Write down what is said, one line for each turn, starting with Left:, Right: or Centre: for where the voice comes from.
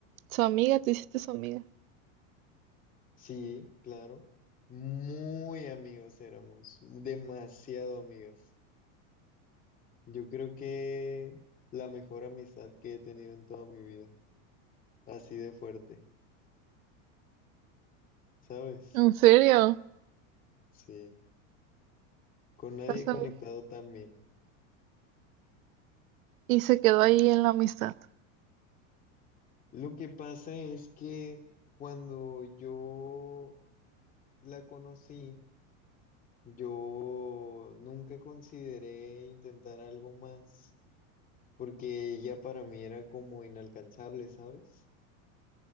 Right: su amiga? ¿Te hiciste su amiga?
Left: sí, claro, muy amigos éramos, demasiado amigos. Yo creo que la mejor amistad que he tenido en toda mi vida, así de fuerte, ¿sabes?
Right: ¿En serio?
Left: Sí, con nadie
Right: Las
Left: he
Right: am-
Left: conectado tan bien.
Right: Y se quedó ahí en la amistad.
Left: Lo que pasa es que cuando yo la conocí, yo nunca consideré intentar algo más, porque ella para mí era como inalcanzable, ¿sabes?